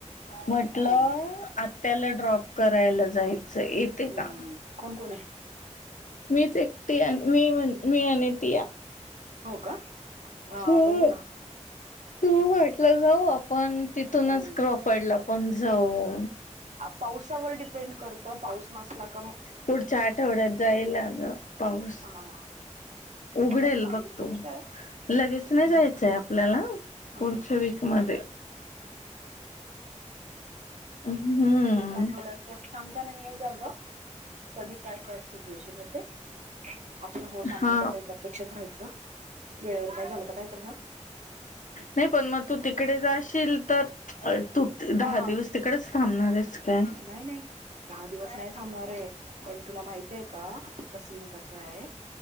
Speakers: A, on the left (about 85°); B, on the right (about 70°).
A: म्हटलं
B: हम्म
A: आत्याला ड्रॉप करायला जायचं आहं येते का?
B: हम्म कोण कोण आहं?
A: मीच एकटी मी म्हण मी आणि टीया.
B: हो का हा
A: हो
B: बघू ना.
A: तू वाटलं जाऊ आपण तिथूनच
B: हम्म
A: क्रॉफर्डला पण जाऊ.
B: पावसावर डिपेंड करत पाऊस नसला त
A: पुढच्या आठवड्यात जाईल अ गं पाऊस.
B: हा
A: उघडेल
B: बघा तर चांगलीच
A: बघतो
B: गोष्ट आहे
A: लगेच नाही जायचय आपल्याला.
B: हां
A: पुढच्या वीक मध्ये हम्म
B: पुढच्या आठवड्यात. सांगता नाही येत अग कधी काय सिच्युएशन येते. आपण हो सांगून
A: हा
B: बसायच अपेक्षीत राहायच वेळेवर काय झाल तर काय करणार?
A: नाही पण मग तू तिकडे जाशील तर तू दहा
B: हा
A: दिवस. तिकडच थांबणारय काय?
B: नाही नाही दहा दिवस नाही थांबणार आहे पण तुला माहिते का कसन कस आहे.